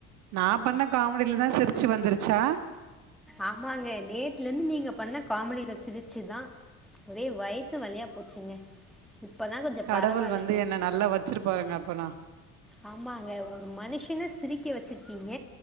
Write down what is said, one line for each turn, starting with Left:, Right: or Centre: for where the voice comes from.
Right: நா பண்ண காமெடியலதா சிரிச்சு வந்துருச்சா
Centre: ஆமாங்க நேத்ல இருந்து நீங்க பண்ண காமெடில சிரிச்சுதா ஒரே வய்த்து வலியா போச்சுங்க இப்பதான் கொஞ்சம்
Right: கடவுள்
Centre: பரவாயில்லங்க
Right: வந்து என்ன நல்லா வச்சுரு பாருங்க அப்பனா
Centre: ஆமாங்க ஒரு மனுஷன சிரிக்க வெச்சுருக்கீங்க